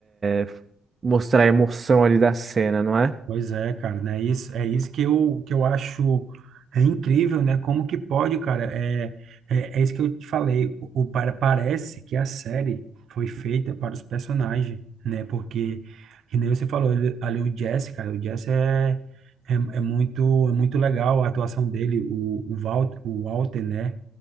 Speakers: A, on the right (about 35°); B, on the right (about 65°).
A: É, mostrar a emoção ali da cena, não é?
B: Pois é, cara, né? Isso, é isso que eu, que eu acho é incrível, né? Como que pode, cara? É, é, é isso que eu te falei. O, o, para- parece que a série foi feita para os personagens, né? Porque, que nem você falou, ele- ali o Jesse, cara, o Jesse é, é, é muito, é muito legal a atuação dele, o, o, Walt, o Walter, né?